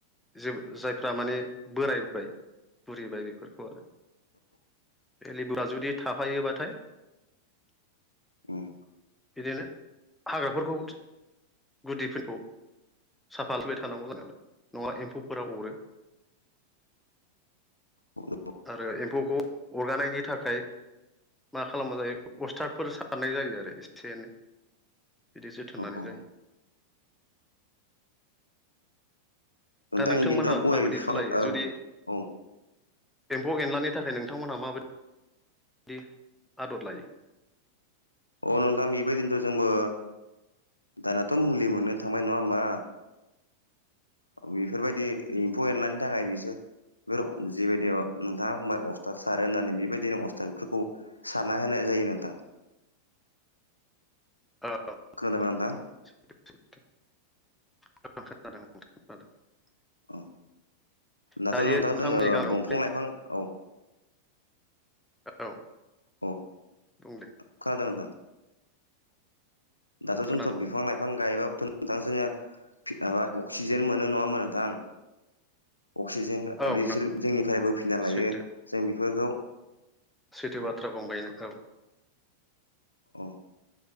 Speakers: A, in the centre; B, on the left.
A: जे जायफ्रा माने बोरायबाय बुरिबाय बेफोरखौ आरो बे लेबुआ जुदि थाफायोबाथाय
B: उम
A: बिदिनो हाग्राफोरखौ गुदिफोरखौ साफाबाय थानांगौ जों नालाय नङाबा एमफौफोरा अरो
B: <unintelligible>
A: आरो एमफौखौ अरगानायनि थाखाय मा खालामबा जायो अस्थादफोर सारनाय जायो आरो एसे एनै बिदि जोथोन लानाय
B: औ
A: जायो
B: नोंथां
A: दा नोंथांमोनहा
B: इदिनोथ' गय
A: माबायदि
B: बिफां
A: खालामलायो
B: औ
A: जुदि
B: औ
A: एमफौ एनलानि थाखाय नोंथांमोनहा माबायदि दि आदर लायो
B: अ नोंथां बेबायदिनोथ जोंबो दानाथ मुलि मोननो थांबाय नङा होनबा बेफोरबायदि एमफौ एनलानि थाखाय बिसोर बेफोर जेबायदि नोंथाङा बुंबाय अस्थाद सारो होननानै बेबायदिनो अस्थादफोरखौ सारना होनाय जायो नोंथां
A: औ
B: खोनादोंबा
A: खोनादों
B: नोंथां
A: खोनादों नोंथां खोनादों
B: औ दाथ
A: दायो
B: नोंथां
A: नोंथांमोननि
B: जोङो
A: गामियाव
B: दंफां
A: बे
B: लाइफां औ
A: औ
B: अ
A: बुं दे
B: खोनादों नोंथां दाथ
A: खोनादों
B: जोंथ
A: बुं
B: बिफां लाइफां बिफां गायबाबोथ नोंथां जोङो माबा अक्सिजेन मोनो नङा होमबा नोंथां अक्सिजेन
A: औ
B: बिसोर
A: नों
B: जोंनिफ्राय बोफिनना लायो
A: सैथो
B: जों बेफोरखौ
A: सैथो
B: औ
A: बाथ्रा बुंबाय नोंखौ
B: औ